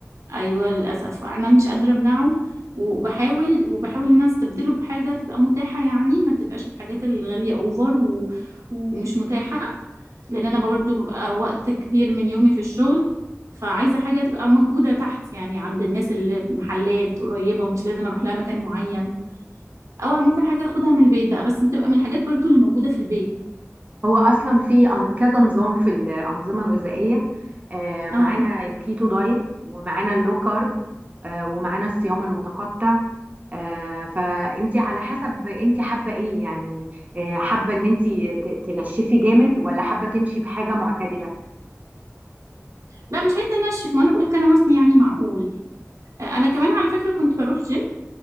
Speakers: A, on the right; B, on the right.
A: ايوه للاسف انا مش قادره امنعه وبحاول وبحاول ان انا استبدله بحاجه تبقى متاحه يعني ما تبقاش الحاجات الغاليه اوفر و... ومش متاحه لان انا برضو ببقى وقت كبير من يومي في الشغل فعايزه حاجه تبقى موجوده تحت يعني عند الناس اللي في المحلات قريبه مش لازم اروح لها مكان معين او ممكن حاجه اخدها من البيت بقى بس بتبقى من الحاجات برضو اللي موجوده في البيت
B: هو اصلا في أن- كذا نظام في الانظمة الغذائية آه، معانا
A: اه
B: الكيتو دايت ومعانا اللو كارب آه، ومعانا الصيام المتقطع آه، فانت على حسب انت حابة ايه يعني آه، حابة ان انت ت- تنشفي جامد ولا حابة تمشي بحاجة معتدلة؟
A: لا مش عايزه انشف ما انا بقولك انا وزني يعني معقول آه، انا كمان على فكره كنت بروح جيم